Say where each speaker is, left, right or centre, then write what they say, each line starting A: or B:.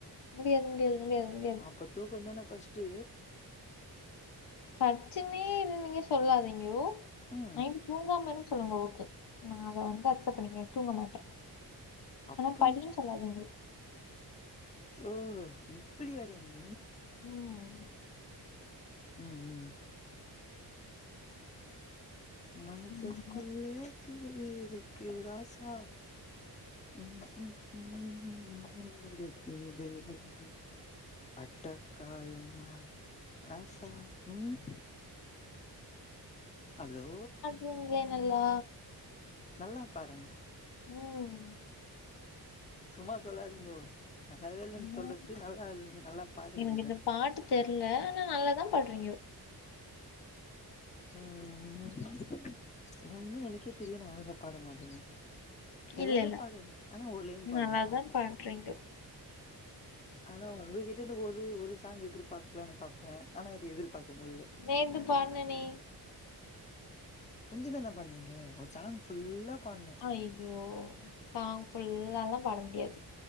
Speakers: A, on the left (about 85°); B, on the left (about 20°).
A: முடியாது முடியாது முடியாது முடியாது
B: ட்டோ தூக்கந்தான ஃபஸ்டு
A: பட்ச்சுன்னே இருந்தீங்க சொல்லாதீங்கோ
B: ம்
A: நைட்டு தூங்காம சொல்லுங்கோ ஓகே நா அத வந்து அக்சப்ட் பண்ணிக்கிறே தூங்க மாட்டே
B: அப்படி
A: ஆனா படின் சொல்லாதீங்கோ
B: ஓ இப்பிடி வரியா நீ
A: ம்
B: ம் ம் ம் மனசுகுள்ளே
A: ம்
B: தூவிருக்கு ராசா ம் ம் ம் <unintelligible> அட்டகாயமா ராசா ம் ஹலோ
A: நீங்களே நல்லா
B: நல்லா பாடுறேனா
A: ம்
B: சும்மா சொல்லாதீங்கோ நல்லாவே இல்லன்
A: ம்
B: சொல்றத்து நல்லா இல் நல்லா பாட்ரீங்கங்ற
A: எனக்கு இந்த பாட்டு தெர்ல ஆனா நல்லா தா பாட்றீங்கோ
B: ம் ம் ம் ஒன்மே எனக்கே தெரில நா அழகா பாட மாட்டேனு எல்லாமே
A: இல்ல இல்ல
B: பாடுவே ஆனா ஒரு லைன் பாடுவே
A: நல்லாதா
B: அவ்ளதா
A: பாடுறீங்கோ
B: ஆனா உங்ககிட்ட இருந்து ஒரு ஒரு சாங் எதிர்பாக்கலானு பாப்பேன் ஆனா அது எதிர்பாக்க முல்லே
A: நேந்து பாடுனேனே
B: கொஞ்சுதானே பாடுனிங்க ஒரு சாங் ஃபுல்லா பாட்னு
A: ஐயோ சாங் ஃபுல்லால்லா பாட முடியாது